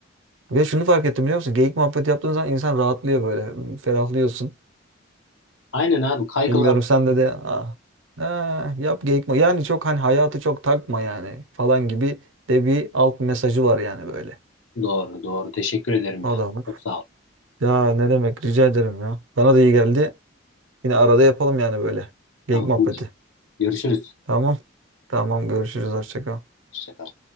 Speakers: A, on the right; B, on the left.
A: Ve şunu fark ettim biliyor musun? Geyik muhabbeti yaptığın zaman insan rahatlıyor böyle. Ferahlıyorsun.
B: Aynen abi kaygılar.
A: Bilmiyorum sende de ah, ah, yap geyik muhabbeti. Yani çok hani hayatı çok takma yani falan gibi de bir alt mesajı var yani böyle.
B: Doğru, doğru. Teşekkür ederim
A: Adamın.
B: ya. Çok sağ ol.
A: Ya ne demek rica ederim ya. Bana da iyi geldi. Yine arada yapalım yani böyle. Geyik
B: Tamamdır.
A: muhabbeti.
B: Görüşürüz.
A: Tamam. Tamam görüşürüz. Hoşça kal.
B: Hoşça kal.